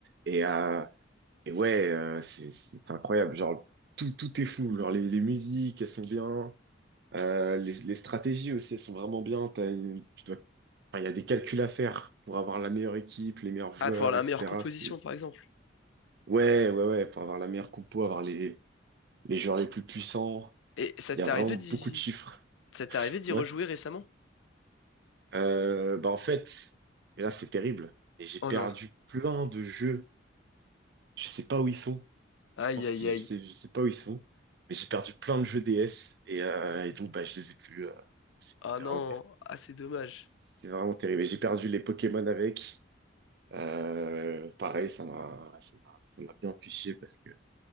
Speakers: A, on the right; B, on the left.
A: Et, euh, Et ouais, euh, c'est c'est incroyable. Genre, tout, tout est fou. Genre, les, les musiques, elles sont bien. Euh, les, les stratégies aussi, elles sont vraiment bien. T'as une- tu dois, enfin, il y a des calculs à faire pour avoir la meilleure équipe, les meilleurs joueurs,
B: Ah, pour la
A: etc.
B: meilleure composition,
A: C'est,
B: par exemple.
A: ouais, ouais, ouais, pour avoir la meilleure compo, avoir les, les joueurs les plus puissants.
B: Et ça
A: Il
B: t'est
A: y a vraiment
B: arrivé
A: beaucoup
B: d'y,
A: de chiffres.
B: ça t'est arrivé d'y
A: Ouais.
B: rejouer récemment?
A: Euh, bah, en fait, et là, c'est terrible. Et j'ai
B: Oh
A: perdu
B: non.
A: plein de jeux. Je sais pas où ils sont.
B: Aïe,
A: Je pense
B: aïe,
A: qu'ils,
B: aïe.
A: je sais, je sais pas où ils sont, mais j'ai perdu plein de jeux DS et, euh, et donc bah, je les ai plus. euh, c'est
B: Ah
A: c'est
B: non,
A: vraiment terrible.
B: ah c'est dommage.
A: C'est vraiment terrible. Et J'ai perdu les Pokémon avec. Euh, pareil, ça m'a, ça m'a, ça m'a bien fiché parce que